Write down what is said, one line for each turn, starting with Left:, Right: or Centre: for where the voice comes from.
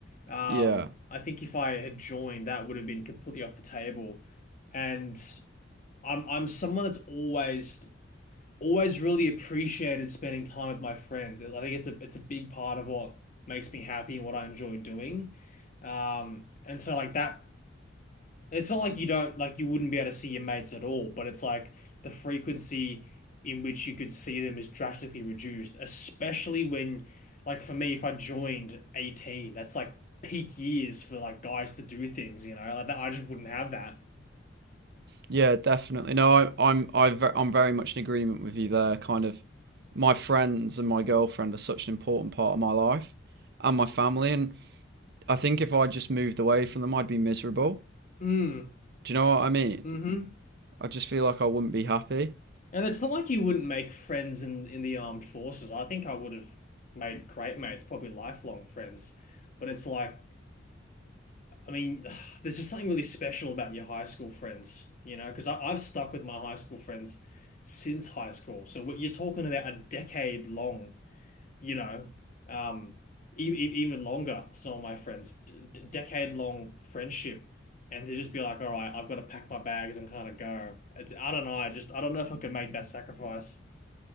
Left: Um,
Right: Yeah,
Left: I think if I had joined, that would have been completely off the table. And I'm I'm someone that's always always really appreciated spending time with my friends. I think it's a it's a big part of what makes me happy and what I enjoy doing. Um, and so like that, it's not like you don't like you wouldn't be able to see your mates at all, but it's like the frequency in which you could see them is drastically reduced, especially when like for me, if I joined 18, that's like peak years for like guys to do things, you know? Like that, I just wouldn't have that.
Right: yeah, definitely. No, I, I'm, I, ve- I'm very much in agreement with you there. Kind of, my friends and my girlfriend are such an important part of my life and my family, and I think if I just moved away from them, I'd be miserable.
Left: Mm,
Right: Do you know what I mean?
Left: hmm
Right: I just feel like I wouldn't be happy.
Left: And it's not like you wouldn't make friends in in the armed forces. I think I would have made great mates, probably lifelong friends. But it's like, I mean, <sighs> there's just something really special about your high school friends, you know, because I've stuck with my high school friends since high school. So what you're talking about a decade long, you know, um, e e- even longer. Some of my friends, d d- decade long friendship. And to just be like, all right, I've got to pack my bags and kind of go. It's, I don't know. I just, I don't know if I could make that sacrifice.